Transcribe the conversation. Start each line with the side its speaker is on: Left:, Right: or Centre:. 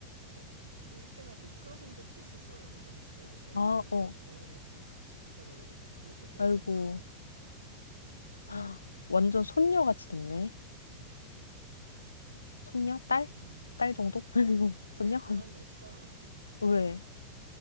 Right: 막 물 때 막 미끄러진 적도 있었어 얼마 전에 그래가지고 내가
Left: 아,
Right: 그것도
Left: 어.
Right: 병원에 또 같이 모셔다 드리고 막 이렇게 되더라고.
Left: 아이고.
Right: <laughs>
Left: 아, 완전 손녀같이 됐네. 손녀? 딸?
Right: 음.
Left: 딸 정도? <laughs>
Right: 근데
Left: 손녀?
Right: 그만뒀어.
Left: <laughs> 왜?